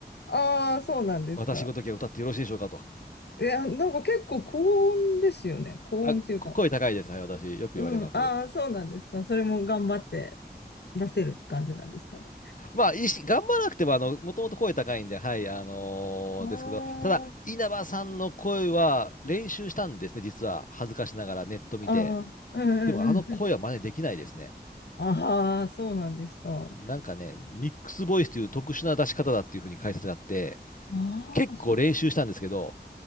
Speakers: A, on the left; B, on the left.
A: ああー、そうなんですか。
B: 私ごときは歌ってよろしいでしょうかと。
A: いや、なんか結構高音ですよね。高音っていうか。
B: あ、こ声高いです。はい、私。よく言われます。
A: うん。ああ、そうなんですか。それも頑張って出せる感じなんですかね。
B: まあ、いいし頑張らなくても、あの、もともと声高いんで、はい、あのーですけど、
A: あ
B: ただ、稲葉さんの声は練習したんですね、実は。恥ずかしながらネット見て。
A: あ、ああ、うんうんうん。
B: でも、あの声は真似できないですね。
A: ああ、そうなんですか。
B: なんかね、ミックスボイスという特殊な出し方だっていうふうに解説があって、
A: ああ、
B: 結構練習したんですけど、
A: そう。